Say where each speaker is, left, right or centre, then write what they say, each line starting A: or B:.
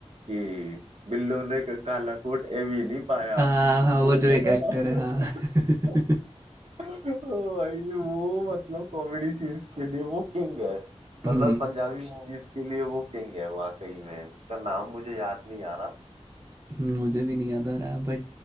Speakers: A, on the right; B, on the right.
A: कि बिल्लो ने क- काला कोट ए भी नहीं पाया
B: हाँ हाँ वो
A: वो
B: जो एक
A: है
B: एक्टर
A: ना <laughs>
B: है हाँ <laughs>
A: भाई वो मतलब कॉमेडी सीन्स के लिए वो किंग है
B: हम्म
A: मतलब पंजाबी मूवीज के लिए वो किंग है वाकई में उसका नाम मुझे याद नहीं आ रहा
B: हम्म, मुझे भी नहीं याद आ रहा बट